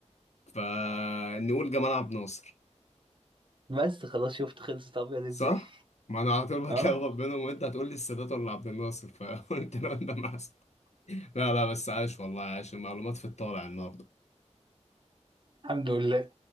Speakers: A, on the left (about 65°); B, on the right (about 45°).
A: فنقول جمال عبد الناصر
B: بس خلاص شفت خلصت ابيض ازاي
A: صح؟
B: <laughs>
A: ما انا على طول بتلخبط
B: اه
A: بينهم وانت هتقول لي السادات ولا عبد الناصر فقلت <laughs> له انت معسل لا لا بس عاش والله عاش المعلومات في الطالع النهارده
B: الحمد لله